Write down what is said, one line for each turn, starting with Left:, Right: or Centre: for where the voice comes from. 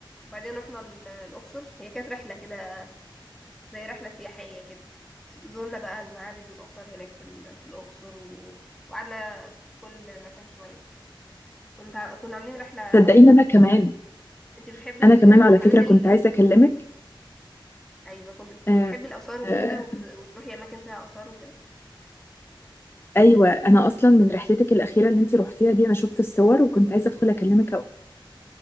Centre: وبعدين رحنا ال- الأقصر هي كانت رحلة كده زي رحلة سياحية كده زورنا بقى المعابد والآثار هناك في ال- في الأقصر و... وقعدنا في كل مكان شوية كنت ع- كنا عاملين رحلة
Left: صدقيني
Centre: تحفة
Left: أنا كمان
Centre: انت بتحبي الرحلات
Left: أنا كمان على فكرة
Centre: ال...
Left: كنت عايزة أكلمك
Centre: ايوه كنت انت
Left: آه،
Centre: بتحبي الآثار وكده
Left: آه،
Centre: وت... وتروحي أماكن فيها آثار وكده
Left: أيوة أنا أصلا من رحلتك الأخيرة اللي أنت روحتيها دي أنا شفت الصور وكنت عايزة أدخل أكلمك